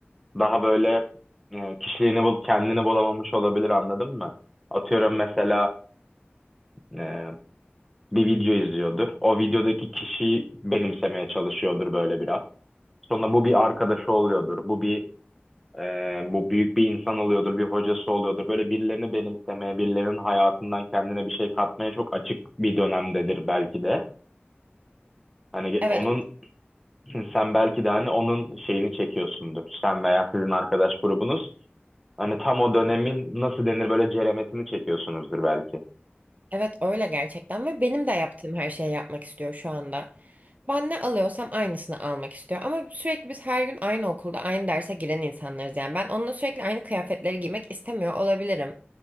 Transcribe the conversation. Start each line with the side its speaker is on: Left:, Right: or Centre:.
Centre: daha böyle e, kişiliğini bulup kendini bulamamış olabilir anladın mı? Atıyorum mesela e, bir video izliyordur. O videodaki kişiyi benimsemeye çalışıyordur böyle biraz. Sonra bu bir arkadaşı oluyordur. Bu bir e, bu büyük bir insan oluyordur, bir hocası oluyordur. Böyle birilerini benimsemeye, birilerinin hayatından kendine bir şey katmaya çok açık bir dönemdedir belki de. Hani ge-
Right: Evet,
Centre: onun sen belki de hani onun şeyini çekiyorsundur. Sen veya sizin arkadaş grubunuz hani tam o dönemin nasıl denir böyle ceremesini çekiyorsunuzdur belki.
Right: Evet öyle gerçekten ve benim de yaptığım her şeyi yapmak istiyor şu anda. Ben ne alıyorsam aynısını almak istiyor. Ama sürekli biz her gün aynı okulda aynı derse giren insanlarız yani. Ben onunla sürekli aynı kıyafetleri giymek istemiyor olabilirim.